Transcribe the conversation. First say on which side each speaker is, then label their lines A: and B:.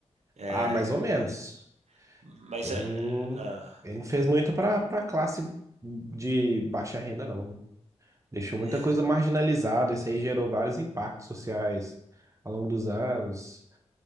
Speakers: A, on the right; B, on the right.
A: É,
B: ah, mais ou menos.
A: mas.
B: Ele
A: é,
B: não,
A: ah,
B: ele não fez muito pra, pra classe de baixa renda, não, viu? Deixou
A: é,
B: muita coisa marginalizada. Isso aí gerou vários impactos sociais ao longo dos anos.